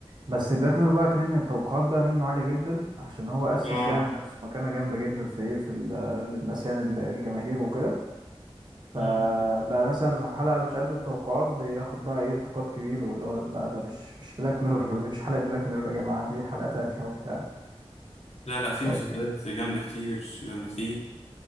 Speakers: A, on the right (about 45°); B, on the left (about 85°).
A: بس بلاك ميرور بقى كمان التوقعات بقى منه عالية جدا عشان هو أسس
B: اه
A: يعني لنفسه مكانة جامدة جدا في إيه في ال- آه، للناس يعني الجماهير وكده فبقى
B: مم.
A: مثلا لو حلقة مش قد التوقعات بياخد بقى إيه انتقاد كبير واللي هو لا ده مش مش بلاك ميرور دي مش حلقة بلاك ميرور يا جماعة دي حلقة تانية وبتاع
B: لا لا في
A: فاهمني؟
B: مسلسلات جامده كتير جامده في